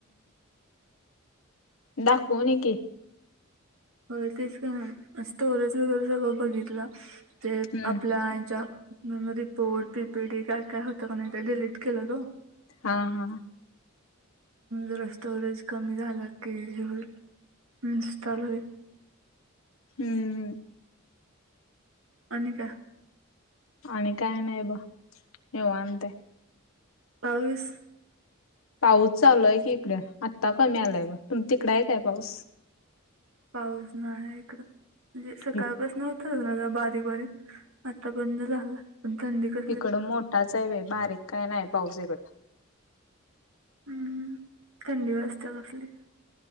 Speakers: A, on the left; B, on the right.
A: दाखवणे की.
B: हो तेच का्टरच वगैरे सगळं बघितलं. ते
A: हम्म
B: आपल्या ज्या. मी म रिपोर्ट पी पी डी काय काय होतं का नाही ते डिलीट केलं ग.
A: हा हा.
B: जरा स्टोरेज कमी झालं की <unintelligible>
A: हम्म.
B: अनिता.
A: आणि काही नाही निवांत आहे.
B: पाऊस
A: पाऊस चालूय की इकडे आत्ता कमी आलाय ब तुम तिकड आहे काय पाऊस.
B: पाऊस नाहीे इकडं सकाळपासन
A: इ-
B: होत बारीक बारीक आता पण झाला थंडी कधी.
A: इकडं मोठाच आहे व बारीक काही नाही पाऊस इकडं.
B: हम्म थंडी वाजते <unintelligible>